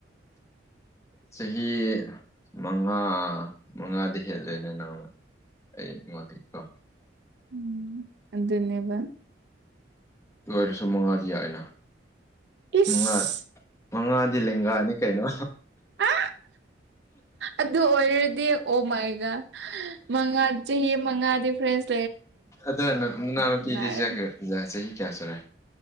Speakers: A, on the left; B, on the right.
A: ꯆꯍꯤ ꯃꯉꯥ ꯃꯉꯥꯗꯤ ꯍꯦꯜꯂꯦꯅꯦ ꯅꯪꯅ ꯑꯦ ꯃꯗꯤ ꯀꯣ
B: ꯎꯝ ꯟꯕ
A: ꯔꯁꯨꯨꯝꯃꯉꯥꯗꯤꯌꯥꯏꯅ
B: ꯏꯁ
A: ꯃꯉꯥ ꯃꯉꯥꯗꯤ ꯂꯦꯡꯒꯥꯅꯤ ꯀꯩꯅꯣ
B: ꯑ ꯀ ꯑꯗꯨ ꯑꯣꯏꯔꯗꯤ ꯑꯣ ꯃꯥꯏꯒ ꯃꯉꯥ ꯆꯍꯤ ꯃꯉꯥꯗꯤ ꯐ꯭ꯔꯦꯟꯁ
A: ꯑꯗ ꯅꯅꯥꯎꯅꯨꯄꯤꯗꯁ
B: ꯅꯨꯡꯉꯥꯏꯔꯅꯤ
A: ꯆꯍꯤ ꯀꯌꯥ ꯁꯨꯔꯦ